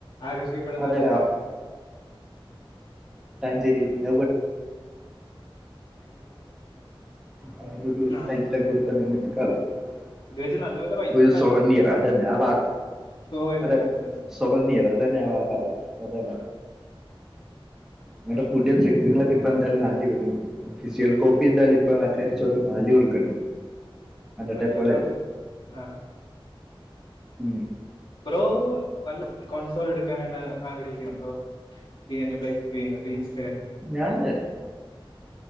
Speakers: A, on the left; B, in the centre.
A: ആകർഷി ഇബടെ
B: ആരാടാ
A: നടക്കും.
B: ഞ്ചേരി <unintelligible> അങ്ങനൊരു
A: ആ
B: ടൈറ്റിലൊക്കെ <unintelligible>
A: ഇത് വെച്ച് നല്ലപോലെ പൈസ
B: ഒരു
A: ഉണ്ടാക്കാം
B: സോവർണിയർ അതന്നെ ആ വാക്ക്
A: സുഖം തന്നെയാ
B: അത് <unintelligible> ആക്ക അതന്നെ
A: <inaudible>
B: നിങ്ങടെ പുടിയ ട്രിക്കുകളൊക്കെ ഇപ്പൊ എന്തായാലും നാട്ടി വര്ണ്ട്. ഫിസിയൽ കോപ്പി എന്തായാലും ഇപ്പൊ ആൾക്കാര് ഇച്ചൊരു വാല്യൂട്ക്കണ്ട് അന്നെട്ടെപ്പോലെ
A: നല്ലതാണത് ആ
B: ഉം
A: ബ്രോ നല്ല കോൺസോഡ് എടുക്കാനായിട്ട് ആഗ്രഹിക്കുന്നുണ്ടോ ഈ എന്റെ പ്ലേറ്റ് <unintelligible> പ്ലീസ്
B: ഞാന്